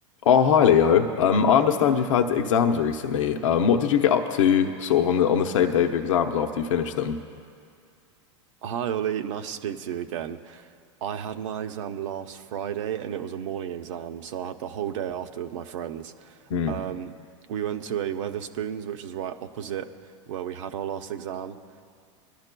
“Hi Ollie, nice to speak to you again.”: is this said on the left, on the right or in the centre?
Right